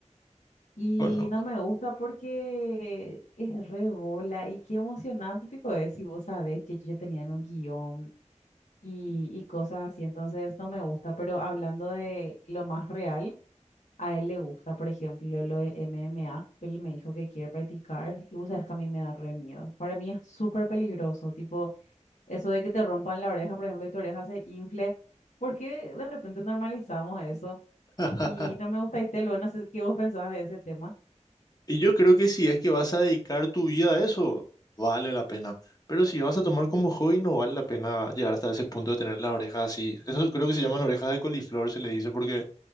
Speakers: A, on the left (about 75°); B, on the left (about 30°).
A: Y
B: Bueno, no.
A: no me gusta porque es re bola y qué emocionante, pico, es si vos sabés que yo ya tenía un guión. y, y cosas así, entonces no me gusta, pero hablando de lo más real, a él le gusta, por ejemplo, lo de MMA, él me dijo que quiere practicar y vos sabes que a mí me da re miedo, para mí es súper peligroso, tipo eso de que te rompan la oreja, por ejemplo, y tu oreja se infle, ¿por qué de repente normalizamos eso?
B: <laughs>
A: Y no me gusta y te lo, no sé qué vos pensás de ese tema,
B: Y yo creo que si es que vas a dedicar tu vida a eso, vale la pena. Pero si vas a tomar como hobby, no vale la pena llegar hasta ese punto de tener las orejas así. Eso creo que se llaman orejas de coliflor, se le dice, porque